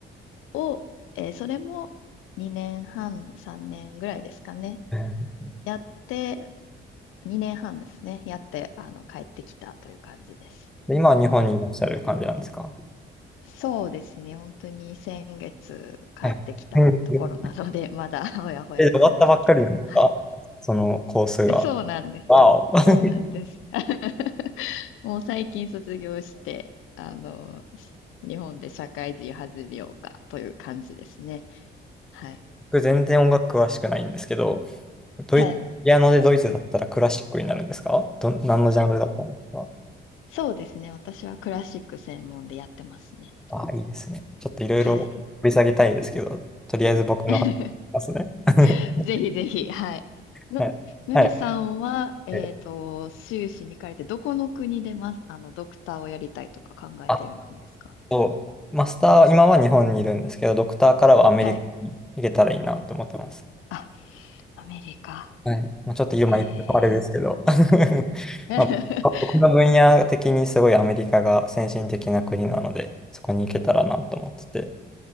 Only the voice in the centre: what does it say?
ー
で今は日本にいらっしゃる感じなんですか
はい。うん
え、終わったばっかりなんですかそのコースが。
わお。<laughs> は
僕全然音楽詳しくないんですけど、ドイ、
ピアノでドイツだったらクラシックになるんですかど、何のジャンルだったんですか
ああ、いいですね。ちょっといろいろ掘り下げたいですけど、
とりあえず僕の話しますね。
<laughs>
はい。
はい。
はい
あと、マスター、今は日本にいるんですけど、ドクターからはアメリカに行けたらいいなと思ってます。
はい。まあ、ちょっと今言うとあれですけど。
<laughs>
まあ、僕の分野的にすごいアメリカが先進的な国なので、そこに行けたらなと思ってて。